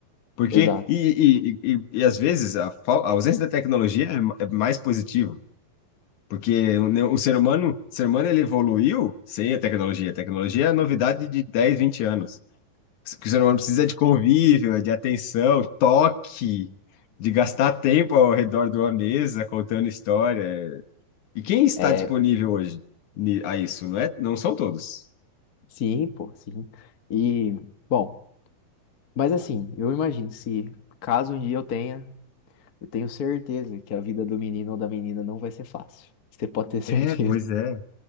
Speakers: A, on the left (about 65°); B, on the left (about 80°).
A: Porque,
B: Exato.
A: e, e, e, e- e às vezes, a, fal- a ausência da tecnologia é, ma- é mais positiva. Porque o, ne- o ser humano, o ser humano ele evoluiu sem a tecnologia. A tecnologia é a novidade de 10 20 anos. O que o ser humano precisa é de convívio, é de atenção, toque, de gastar tempo ao redor de uma mesa contando história. E quem está
B: É.
A: disponível hoje ni- a isso? Não é? Não são todos.
B: Sim, pô, sim. E, bom, mas assim, eu imagino se caso um dia eu tenha, eu tenho certeza que a vida do menino ou da menina não vai ser fácil. Você pode ter certeza.
A: É, pois é.